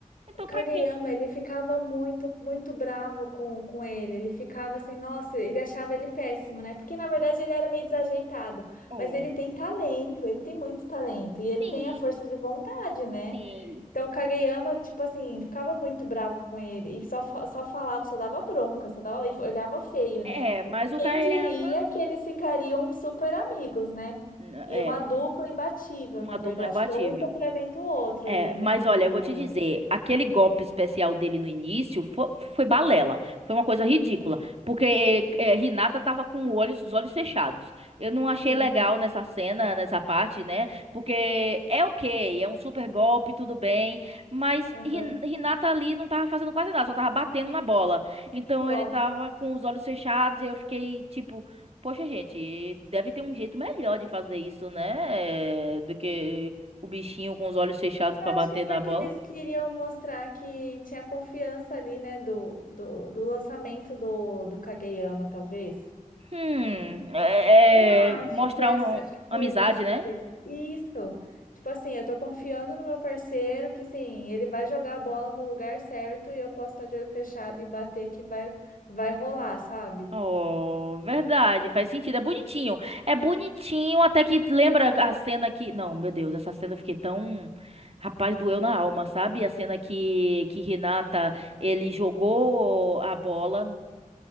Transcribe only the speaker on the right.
Então
pra quê?
Oh,
Sim,
sim.
É,
mas o
Kayama
é
uma
dupla imbatível.
É,
mas
olha,
eu vou te dizer, aquele golpe especial dele no início fo- foi, balela, foi uma coisa ridícula, porque é, Hinata tava com o olhos- os olhos fechados. Eu não achei
legal nessa cena, nessa parte, né? Porque é ok, é um super golpe, tudo bem, mas
Hin- Hinata ali não tava fazendo quase nada, só tava batendo na bola. Então
ele tava com os olhos fechados e eu fiquei tipo, poxa gente, deve ter um jeito melhor de fazer isso, né? Do que o bichinho com os olhos fechados
pra
bater
na bola.
Hum, é,
é mostrar
um, um-
amizade,
né?
Oh, verdade, faz sentido. É bonitinho. É bonitinho, até que lembra a cena que. Não, meu Deus, essa cena eu fiquei tão. Rapaz, doeu na alma, sabe? A cena que, que Renata, ele jogou a bola.